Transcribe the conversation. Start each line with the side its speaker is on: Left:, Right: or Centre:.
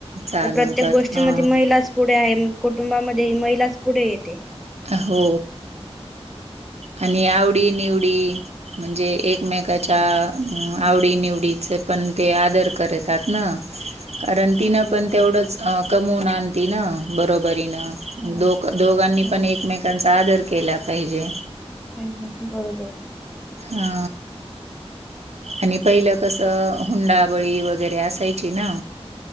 Right: चालवतात
Centre: तर प्रत्येक गोष्टी
Right: अ
Centre: मध्ये महिलाचं पुढे आहे, कुटुंबामध्ये ही महिलाच पुढे येते.
Right: अ हो! आणि आवडी निवडी. म्हणजे एकमेकांच्या आवडी निवडीचे पण ते आदर करतात ना, कारण तिनं
Centre: हो
Right: पण
Centre: बरोबर
Right: तेवढंच अ कमवून आणती ना बरोबरीनं
Centre: हो
Right: दोघ दोघांनी
Centre: हो
Right: पण एकमेकांचा आदर केला पाहिजे.
Centre: काही नाही बरोबर.
Right: हा आणि पहिलं कसं हुंडाबळी वगैरे असायची ना.